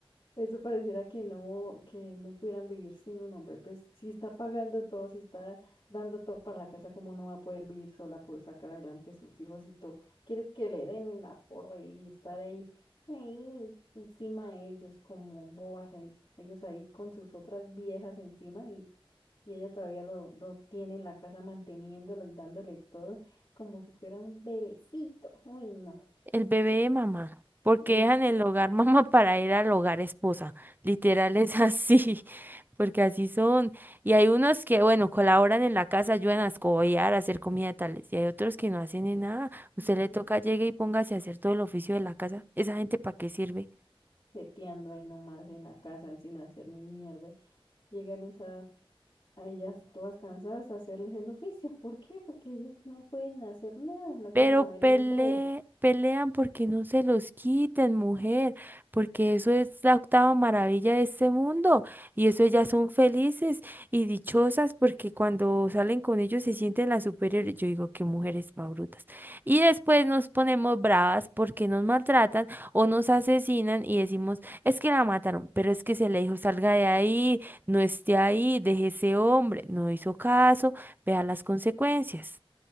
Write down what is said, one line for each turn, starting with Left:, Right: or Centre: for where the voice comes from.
Left: Eso pareciera que no, que no pudieran vivir sin un hombre. Pues si está pagando todo, si está dando todo para la casa, ¿cómo no va a poder vivir sola, poder sacar adelante a sus hijos y todo? ¿Quieres que le den en la porra y estar ahí, ahí encima de ellos, como bobas, ahí, ellos ahí con sus otras viejas encima y, y ella todavía lo, lo tiene en la casa manteniéndolo y dándole todo como si fuera un bebecito? Uy, no.
Right: El bebé de mamá, porque
Left: Mm,
Right: dejan el
Left: Sí.
Right: hogar <laughs> mamá para ir al hogar esposa. Literal es así, <laughs> porque así son. Y hay unos que, bueno, colaboran en la casa, ayudan a escobillar, a hacer comida tales. Y hay otros que no hacen ni nada. Usted
Left: No.
Right: le toca, llegue y póngase a hacer todo el oficio de la casa. ¿Esa gente para qué sirve?
Left: jeteando ahí nomás en la casa sin hacer ni mierda. Llegan esa, a ellas todas cansadas a hacerles el oficio. ¿Por qué? Porque ellos no pueden hacer nada, no pueden
Right: Pero
Left: mover
Right: pele-
Left: un dedo.
Right: pelean porque no se los quiten, mujer, porque eso es la octava maravilla de este mundo y eso ellas son felices y dichosas porque cuando salen con ellos se sienten las superiores. Yo digo que mujeres pa' brutas. Y después nos ponemos bravas porque nos maltratan o nos asesinan y decimos, es que la mataron, pero es que se le dijo, salga de ahí, no esté ahí, deje ese hombre, no hizo caso, vea las consecuencias.